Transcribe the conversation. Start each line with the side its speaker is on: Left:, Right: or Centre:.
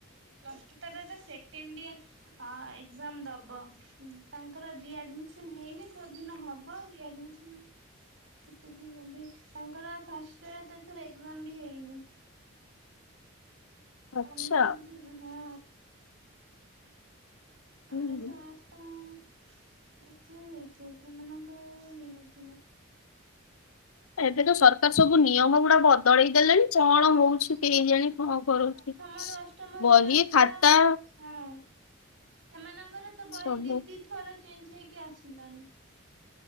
Right: ପ୍ଲସ୍ ଟୁ ତାର ଏ ବେ ସେଖେଣ୍ଡ ଯିଏର ଏକ୍ଜାମ ଦବ। ତାଙ୍କର ରି ଆଡ଼ମିସନ ହେଇନି କଉ ଦିନ ହେବ। ରି ଆଡ଼ମିସନ କେତେ ତାଙ୍କର ଫ ଇର ଏ ବି ହେଇନି
Left: ଆଚ୍ଛା
Right: ଆମେ ସବୁ ହଁ
Left: ହୁଁ।
Right: ଆମେ ସର ତ ଏଠ ହେଇଥିବ ସେମାନଙ୍କ ହେଇନଥିବ
Left: ଏବେ ତ ସରକାର ସବୁ ନିୟମ ଗୁଡା ବଦଳେଇ ଦେଲେଣି କଣ
Right: ହଁ
Left: ହଉଛିୁ କେହି ଜାଣି କଣ କରୁଛି
Right: ପ୍ରଥମରୁ ଅଷ୍ଟମ
Left: ବହି
Right: ଶ୍ରେଣୀ ପିଲା
Left: ଖାତା
Right: ହଁ ସେମାନଙ୍କର ତ ବହି
Left: ସବୁ
Right: ଦିଦି ଥର ଚେଞ୍ଜ ହେଇକି ଆସିଲାଣି